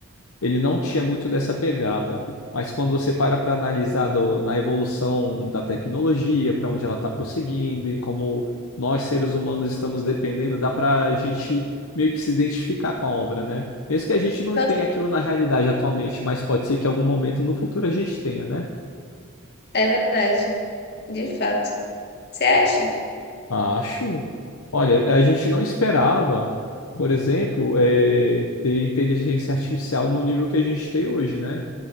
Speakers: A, on the left (about 70°); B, on the left (about 50°).
A: ele não tinha muito dessa pegada. Mas quando você para para analisar do- na evolução da tecnologia, para onde ela está prosseguindo e como nós, seres humanos, estamos dependendo, dá para a gente meio que se identificar com a obra, né? Mesmo que a gente não
B: Então,
A: tenha aquilo na realidade atualmente, mas pode ser que em algum momento no futuro a gente tenha, né?
B: É verdade, de fato. Você acha?
A: Acho. Olha, a gente não esperava, por exemplo, eh, ter inteligência artificial no nível que a gente tem hoje, né?